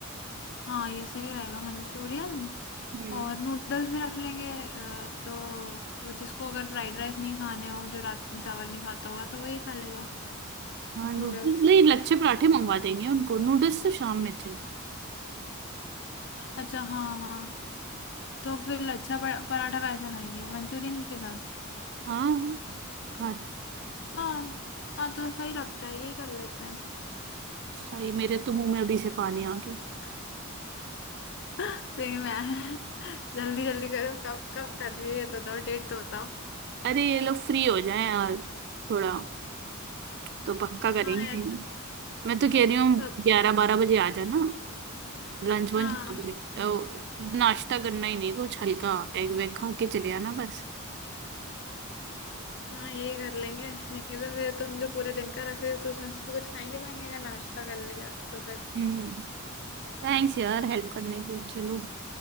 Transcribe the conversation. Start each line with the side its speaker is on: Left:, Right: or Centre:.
Left: हाँ ये सही रहेगा मंचूरियन
Right: हम्म
Left: और नूडल्स भी रख लेंगे अ, तो वो जिसको अगर फ्राइड राइस नहीं खाने हो जो रात में चावल नहीं खाता होगा तो वही खा लेगा
Right: हाँ नूडल्स
Left: नूडल्स
Right: नहीं लच्छे पराठे मंगवा देंगे उनको नूडल्स तो शाम में थे
Left: अच्छा हाँ हाँ तो फिर लच्छा पर- पराठा कैसे खाएंगे मंचूरियन के साथ
Right: हाँ खाते
Left: हाँ हाँ तो सही लगता है यही कर लेते हैं
Right: भाई मेरे तो मुंह में अभी से पानी आ गया
Left: <laughs> सही में जल्दी जल्दी करो कब कब कर रही है ये तो दो डेट तो बताओ
Right: अरे ये लोग फ्री हो जाए यार थोड़ा तो पक्का
Left: हाँ
Right: करेंगे
Left: यार सब
Right: मैं तो कह रही हूँ
Left: सब
Right: ग्यारह बारह बजे आ जाना लंच वंच
Left: हाँ
Right: ओ, नाश्ता करना ही नहीं कुछ हल्का एग वेग खा के चले आना बस
Left: हाँ यही कर लेंगे नहीं तो फिर तुम जो पूरे दिन का रख रहे हो तो उसमें से तो कुछ खा ही नहीं पाएंगे अगर नाश्ता कर लिया तो फिर
Right: हम्म थैंक्स यार हेल्प करने के लिए। चलो